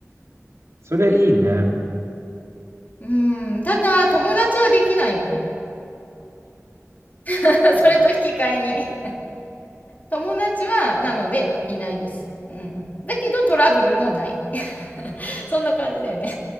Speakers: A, on the right (about 65°); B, on the left (about 35°).
A: それいいね。
B: うん、ただ、友達はできないよ。<laughs> それと引き換えに。友達は、なので、いないです。うん。だけど、トラブルもない <laughs>。そんな感じだよね